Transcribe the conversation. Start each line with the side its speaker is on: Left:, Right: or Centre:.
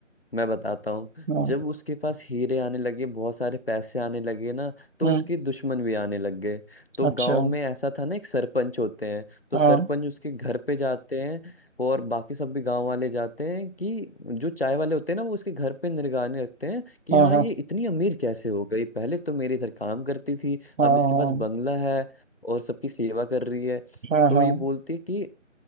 Left: मैं बताता हूँ
Right: हाँ
Left: जब उसके पास हीरे आने लगे बहुत सारे पैसे आने लगे ना तो
Right: हम्म
Left: उसके दुश्मन भी आने लग गए तो
Right: अच्छा
Left: गांव में ऐसा था ना एक सरपंच होते हैं तो
Right: हाँ
Left: सरपंच उसके घर पे जाते हैं और बाकी सब भी गांव वाले जाते हैं कि जो चाय वाले होते हैं ना वो उसके घर पे निगरानी रखते हैं कि
Right: हाँ
Left: हाँ
Right: हाँ
Left: ये इतनी अमीर कैसे हो गई पहले तो मेरे इधर काम करती थी
Right: हाँ
Left: अब इसके पास बंगला है और सबकी सेवा कर रही है
Right: हाँ
Left: तो
Right: हाँ
Left: ये बोलती है कि